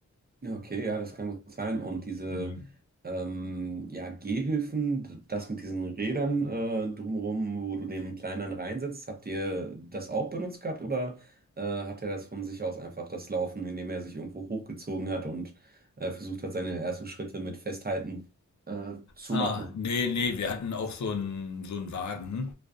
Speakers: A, on the right; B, on the left.
A: Ja, Okay, ja, das kann gut sein. Und diese
B: Mhm.
A: ähm, ja, Gehhilfen, d- das mit diesen Rädern äh, drumherum, wo du den Kleineren reinsetzt, habt ihr das auch benutzt gehabt oder äh, hat er das von sich aus einfach das Laufen, indem er sich irgendwo hochgezogen hat und äh, versucht hat, seine ersten Schritte mit Festhalten äh, zu
B: Ah,
A: machen?
B: nee, nee, wir hatten auch so einen so einen Wagen.